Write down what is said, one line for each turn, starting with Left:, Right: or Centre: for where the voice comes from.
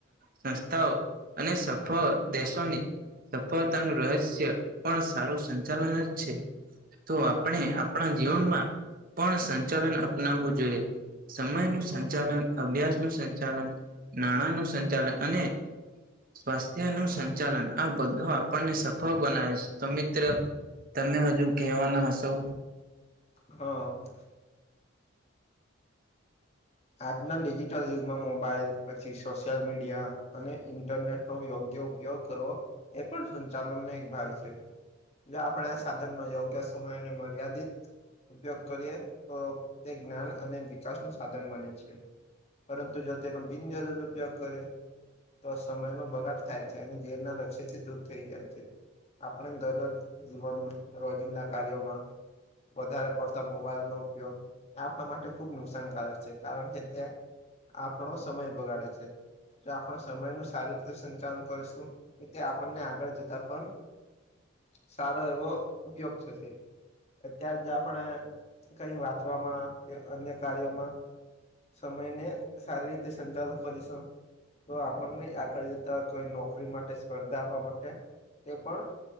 Right: સંસ્થાઓ અને સફળ દેશોની સફળતાનું રહસ્ય પણ સારું સંચાલન જ છે તો આપણે આપણા જીવનમાં પણ સંચાલન અપનાવવું જોઈએ સમય નું સંચાલન અભ્યાસ નું સંચાલન નાણાં નું સંચાલન અને સ્વાસ્થ્ય નું સંચાલન આ બધું આપણને સફળ બનાવે છે તો મિત્ર તમે હજુ કહેવાના હશો
Left: <inaudible> આજના ડિજિટલ યુગમાં મોબાઈલ પછી સોશિ્યલ મીડિયા અને ઈન્ટરનેટનો યોગ્ય ઉપયોગ કરવો એ પણ સંચાલનને એક ભાર છે જો આપણે આ સાધનનો યોગ્ય સમયને મર્યાદિત ઉપયોગ કરીએ તો તે જ્ઞાન અને વિકાસ નું છે પરંતુ જો તેનો બિનજરૂર ઉપયોગ કરે તો સમય ન બગાડ થાય છે અને ઝરના લક્ષ્ય થી દૂર થઈ જાય છે આપણે દરરોજ જીવન રોજિંદા કાર્યોમાં વધારે પડતા મોબાઈલ નો ઉપયોગ એ આપણા માટે ખુબ નુકસાનકારક છે કારણ કે ત્યાં આપણો સમય બગાડે છે જો આપણે સમય ન સારી રીતે સંચાલન કરીશું એ તે આપણને આગળ જતા પણ સારો એવો ઉપયોગ થશે. અતાર જ આપણે કઈ વાંચવામાં કે અન્ય કાર્યોમાં સમય ને સારી રીતે સંચાલન કરીશું. તો આપણને આગળ જતા કોઈ નોકરી માટે સ્પર્ધા આપવા માટે તે પણ